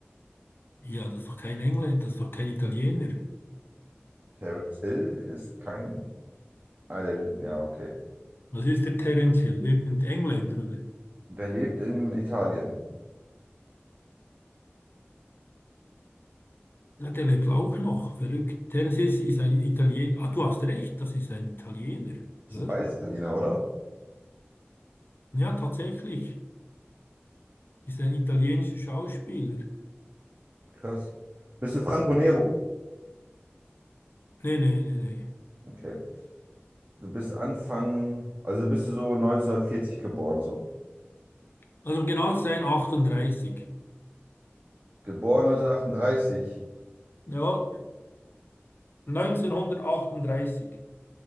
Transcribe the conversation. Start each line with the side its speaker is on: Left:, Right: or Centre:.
Left: Ja, das ist doch kein Engländer, das ist doch kein Italiener.
Right: Terence Hill ist kein. Ah, der, ja, okay.
Left: Was ist der Terence Hill? Irgendein Engländer, oder?
Right: Der lebt in Italien.
Left: Ja, der lebt auch noch. Verrückt. Terence Hill ist ein Italiener. Ah, du hast recht, das ist ein Italiener.
Right: Das
Left: Hä?
Right: sind beides Italiener, oder?
Left: Ja, tatsächlich ist ein italienischer Schauspieler.
Right: Krass. Bist du Franco
Left: Ja.
Right: Nero?
Left: Nee, nee, nee, nee.
Right: Okay. Du bist Anfang, also bist du so 1940 geboren, so.
Left: Also um genau zu sein, 38.
Right: Geboren 1938.
Left: Ja, neunzehnhundertachtunddreißig.